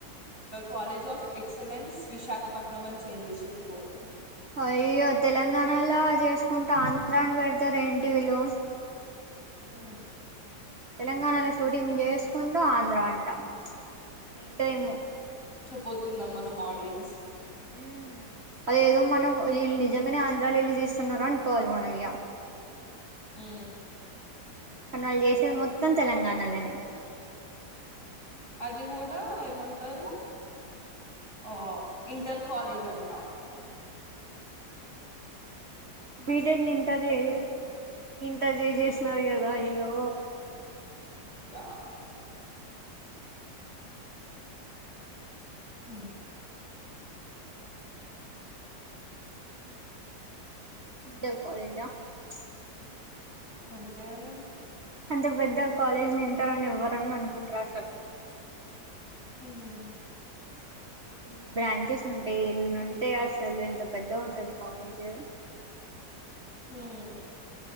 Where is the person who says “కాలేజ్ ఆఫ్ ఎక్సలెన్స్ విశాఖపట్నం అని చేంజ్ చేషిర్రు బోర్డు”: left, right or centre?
Left